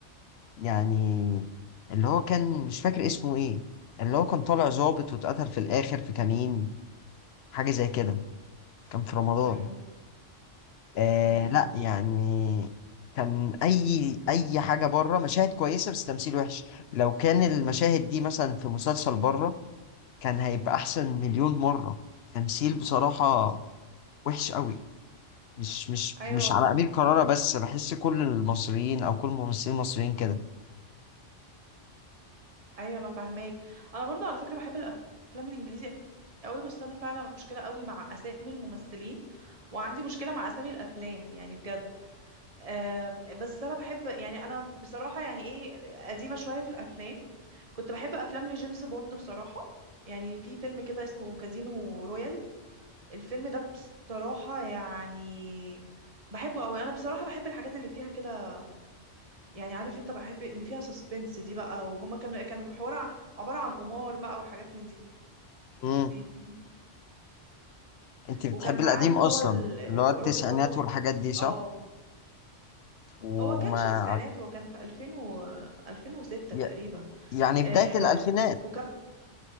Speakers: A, on the left; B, on the right.
A: يعني اللي هو كان مش فاكر اسمه ايه اللي هو كان طالع ظابط واتقتل في الاخر في كمين حاجة زي كده كان في رمضان
B: ايوه
A: آه
B: آه،
A: لا
B: مش
A: يعني كان اي اي حاجة بره مشاهد كويسة بس تمثيل وحش لو كان المشاهد دي مثلا في مسلسل بره كان هيبقى احسن مليون مرة تمثيل بصراحة وحش قوي مش مش
B: ايوه
A: مش على قليل قرارة بس بحس كل المصريين او كل الممثلين المصريين كده
B: ايوه انا فاهماك انا برضو على فكرة بحب الافلام الانجليزي قوي بس انا فعلا مشكلة قوي مع اسامي الممثلين وعندي مشكلة مع اسامي الافلام يعني بجد آه، بس انا بحب يعني انا بصراحه يعني ايه قديمه شويه في الافلام كنت بحب افلام لجيمس بوند بصراحه يعني في فيلم كده اسمه كازينو رويال الفيلم ده بصراحه يعني بحبه قوي انا بصراحه بحب الحاجات اللي فيها كده يعني عارف انت بحب اللي فيها سسبنس دي بقى وهما كانوا كان حوار ع- عباره عن قمار بقى وحاجات من دي
A: مم.
B: <laughs> دي.
A: انت بتحبي
B: وكان معاه
A: القديم
B: اللي
A: اصلا
B: هو ال- الراجل
A: اللي هو التسعينات
B: برضو
A: والحاجات دي صح
B: اه
A: وما
B: هو كانش تسعينات هو كان في 2000 و 2006
A: ي-
B: تقريبا
A: يعني
B: آه
A: بداية الالفينات
B: وكم